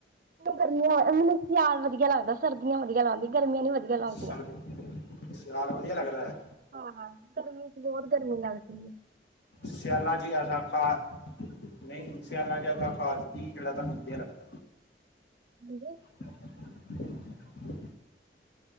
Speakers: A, on the right; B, on the left.
A: ਗਰਮੀਆਂ ਮੈਨੂੰ ਸਿਆਲ ਵਧੀਆ ਲੱਗਦਾ, ਸਰਦੀਆਂ ਵਧੀਆ ਲਗਦੀ ਗਰਮੀਆਂ ਨੀ ਵਧੀਆ ਲੱਗਦੀਆਂ
B: ਸਾਨੂੰ ਸਿਆਾਲ ਵਧੀਆ ਲੱਗਦਾ ਐ।
A: ਹਾਂ-ਹਾਂ ਗਰਮੀ ਚ ਬੋਹਤ ਗਰਮੀ ਲੱਗਦੀ ਹੈ।
B: ਸਿਆਲਾਂ ਚ ਐਸਾ ਖਾ, ਨਹੀਂ ਸਿਆਲਾਂ ਚ ਐਸਾ ਖਾਸ ਜਿਹੜਾ ਤੁਹਾਨੂੰ ਵਧੀਆ ਲੱਗਦਾ।
A: <unintelligible>
B: <unintelligible>